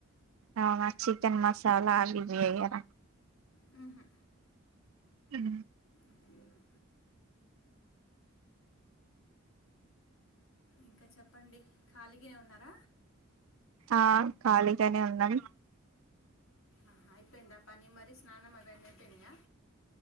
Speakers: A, on the right; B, on the left.
A: అవునా చికెన్ మసాల అవి వేయర
B: హు హు
A: హు
B: అదే అదే ఇంకా చెప్పండి ఖాళీగే ఉన్నార
A: ఆ ఖాళీగానే ఉన్నాం
B: ఆహా అయిపోయిందా పని మరీ స్నానం అవన్నీ అయిపోయినాయ